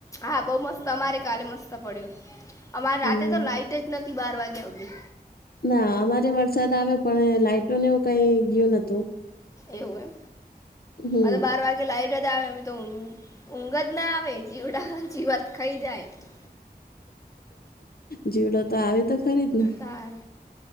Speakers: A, on the left; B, on the left.
A: હા બહુ મસ્ત અમારે કાલે મસ્ત પડ્યો અમારે
B: હમ
A: રાતે તો લાઇટ જ નથી બાર વાગ્યા હુધી
B: ના અમારે વરસાદ આવ્યો પણ લાઈટોને એવું કઈ ગયું નતું
A: એવું
B: હમ
A: એમ બાર વાગે લાઈટ આવે એ તો ઊંઘ જ ના આવે જીવડા જીવાત- ખાઈ જાય
B: જીવડો તો આવી તો ખરી જ ને
A: તાર